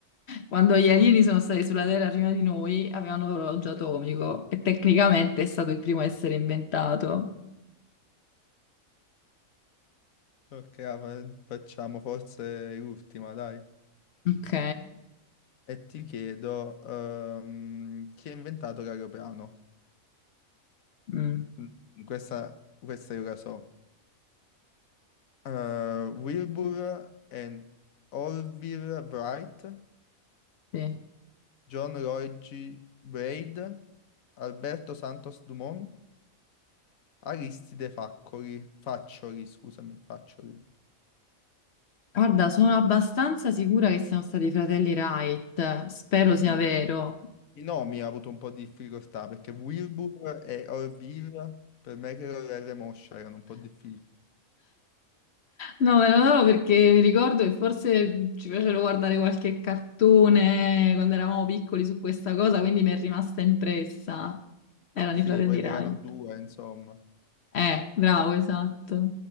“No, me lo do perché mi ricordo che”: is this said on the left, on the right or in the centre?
Left